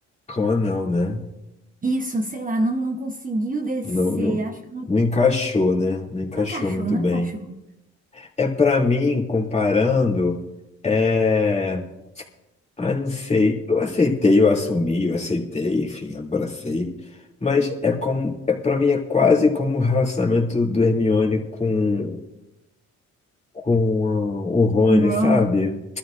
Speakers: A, on the left (about 20°); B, on the right (about 25°).
A: Como não, né?
B: Isso, sei lá, não, não conseguiu descer.
A: Não, não,
B: Acho que não,
A: não encaixou, né? Não encaixou
B: não encaixou,
A: muito
B: não
A: bem.
B: encaixou.
A: É para mim, comparando, é. Ah, não sei. Eu aceitei, eu assumi, eu aceitei, enfim, abracei. Mas é como, é para mim é quase como o relacionamento do Hermione com com ah, o Rony,
B: Um Ron.
A: sabe?